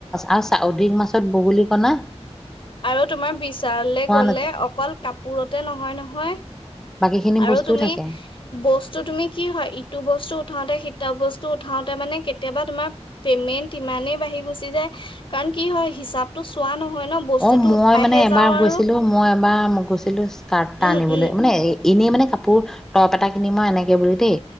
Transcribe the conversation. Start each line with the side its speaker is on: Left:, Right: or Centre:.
Centre: আৰু অধিক মাছত বগলী কনা
Left: আৰু তোমাৰ বিশাললে গলে
Centre: নাযায়
Left: অকল কাপোৰতে নহয়। হয় নহয়
Centre: বাকী খিনি
Left: আৰু
Centre: বস্তুও
Left: তুমি
Centre: থাকে
Left: বস্তু তুমি কি হয় ইটো বস্তু উঠাওতে সি এ বস্তু উঠাওতে মানে কেতিয়াবা তোমাৰ পেমেন্ট ইমানেই বাঢ়ি গুচি যায় কাৰণ কি হয় হিচাপতটো চোৱা নহয়। ন বস্তুটো
Centre: অ মই
Left: উঠাইহে
Centre: মানে এবাৰ
Left: যাওঁ
Centre: গৈছিলো
Left: আৰু
Centre: মই এবাৰ গৈছিলো স্কাৰ্টটা
Left: উম
Centre: আনিবলৈ
Left: উম
Centre: মানে এনেই মানে কাপোৰ টপ এটা কিনিম মই এনেকৈ বুলি দেই।